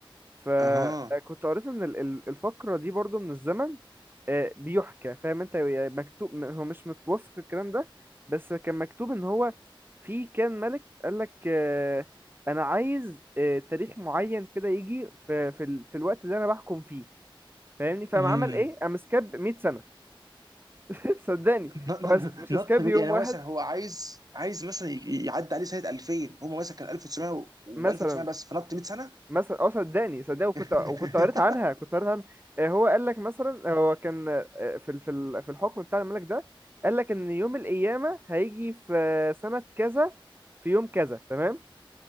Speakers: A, on the right; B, on the right.
A: فكنت
B: اها
A: قريت ان ال- ال- الفقرة دي برضو من الزمن آه، بيحكى فاهم انت يعني مكتوب م- هو مش متوثق الكلام ده بس كان مكتوب ان هو في كان ملك قال لك آه، انا عايز آه، تاريخ معين كده يجي في في, ال- في الوقت اللي انا بحكم فيه فاهمني فقام
B: امم
A: عمل ايه قام سكاب 100 سنة <laughs> صدقني
B: نط نط-
A: هو س- مش سكاب
B: نط-
A: يوم
B: يعني
A: واحد
B: هو مثلا هو عايز عايز مثلا ي- يعدي عليه سنه 2000 هم مثلا كان 1900 و1900
A: مثلا
B: بس فنط 100 سنه
A: مثلا اه صدقني صدقني وكنت وكنت
B: <laughs>
A: قريت عنها كنت قريت عنها آه، هو قال لك مثلا هو كان آه، في ال- في ال- في الحكم بتاع الملك ده قال لك ان يوم القيامه هيجي في آه، سنه كذا في يوم كذا تمام